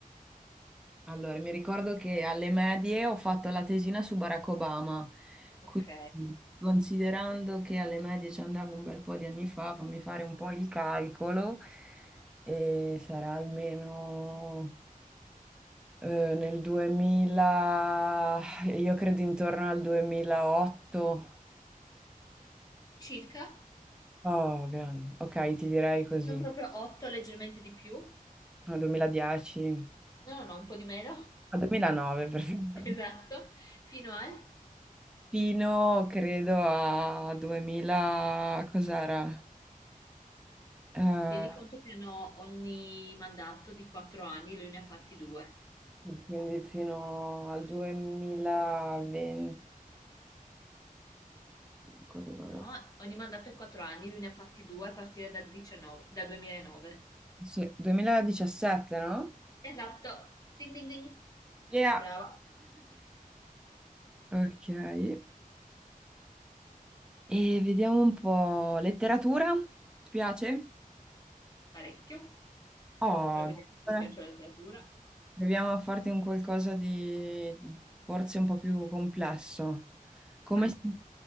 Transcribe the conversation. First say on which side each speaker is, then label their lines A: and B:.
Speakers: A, in the centre; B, on the left (about 25°).
A: Allora, mi ricordo che alle medie ho fatto la tesina su Barack Obama,
B: Ok,
A: quindi considerando che alle medie ci andavo un bel po' di anni fa, fammi fare un po' il calcolo, e sarà almeno eh, nel 2000, io credo intorno al 2008.
B: circa.
A: Oh, grande. Ok, ti direi così,
B: Non proprio 8, leggermente di più. No,
A: al 2010,
B: no, no, un po' di meno. <laughs>
A: al 2009 perfetto.
B: Esatto.
A: <laughs>
B: Fino al...
A: fino, credo, a 2000, cos'era? Eh,
B: Tieni conto che hanno ogni mandato di 4 anni, lui ne ha fatti due.
A: sì, quindi fino al 2020, quando- quando-
B: No, ogni mandato è 4 anni, lui ne ha fatti due a partire da 19 da 2009.
A: sì, 2017, no?
B: Esatto. Ding ding ding.
A: Yeah.
B: Brava,
A: Ok, e vediamo un po'. Letteratura? Ti piace?
B: parecchio.
A: Oh,
B: Però vediamo se
A: Eh,
B: ti piace la letteratura.
A: Proviamo a farti un qualcosa di forse un po' più complesso. Come
B: Vai.
A: si,